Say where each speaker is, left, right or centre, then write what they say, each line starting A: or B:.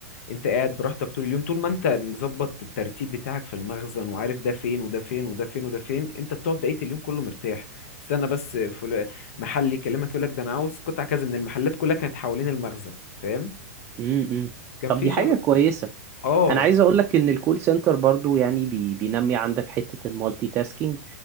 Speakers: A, on the left; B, on the right.
A: انت قاعد براحتك طول اليوم طول ما انت مظبط الترتيب بتاعك في المخزن وعارف ده فين وده فين وده فين وده فين انت بتقعد بقيه اليوم كله مرتاح استنى بس فل... محل يكلمك يقول لك ده انا عاوز قطع كذا من المحلات كلها كانت حوالين المخزن فاهم
B: امم
A: كان
B: طب
A: في
B: دي
A: شخص
B: حاجة كويسة
A: اه
B: انا عايز اقول لك ان الكول سنتر برضو يعني بي بينمي عندك حتة المالتي تاسكينج